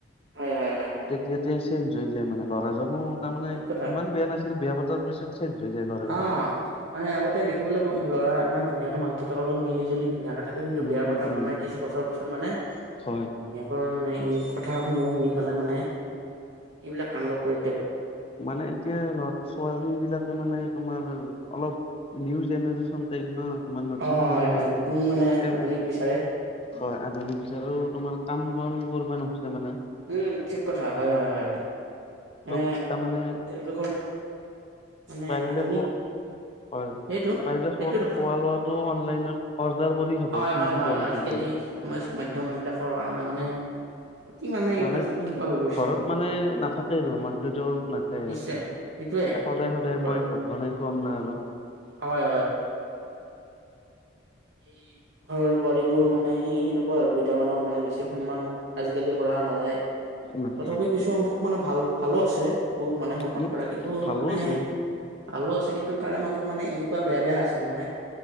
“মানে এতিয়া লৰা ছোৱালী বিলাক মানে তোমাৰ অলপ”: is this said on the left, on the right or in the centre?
Left